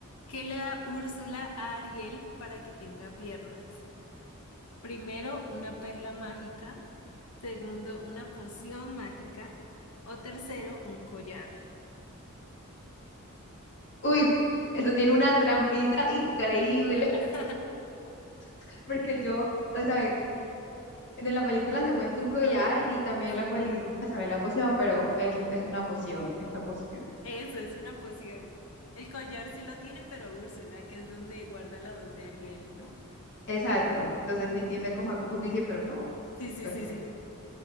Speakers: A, on the left (about 80°); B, on the left (about 55°).
A: ¿Qué le da Úrsula a Ariel para que tenga piernas? Primero, una perla mágica. Segundo, una poción mágica. O tercero, un collar.
B: Uy,
A: ¿Qué?
B: eso tiene una trampita increíble,
A: <laughs>
B: <laughs> porque yo... O sea, de la película se muestra un collar y también
A: Sí,
B: la película sabe la poción, pero es, es una poción, es la poción.
A: eso es una poción. El collar sí lo tiene, pero Úrsula, que es donde guarda la voz de Ariel, ¿no?
B: Exacto. Entonces sí tiende como a confundirse, pero no.
A: Sí, sí,
B: Perfecto.
A: sí, sí.